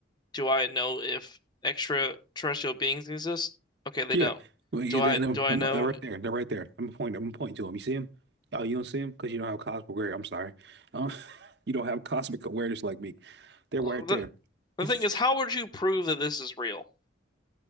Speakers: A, on the left; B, on the right.
A: do I know if extraterrestrial beings exist? Okay, they
B: Yeah,
A: don't.
B: well, you
A: Do
B: let
A: I
B: them.
A: do I
B: I'm,
A: know
B: they're right there. They're right there. I'm pointing. I'm pointing to them. You see them? Oh, you don't see them because you don't have cosmic awareness. I'm sorry. Um, <laughs> you don't have cosmic awareness like me. They're
A: Well,
B: right
A: the
B: there.
A: the
B: It's
A: thing
B: just
A: is, how would you prove that this is real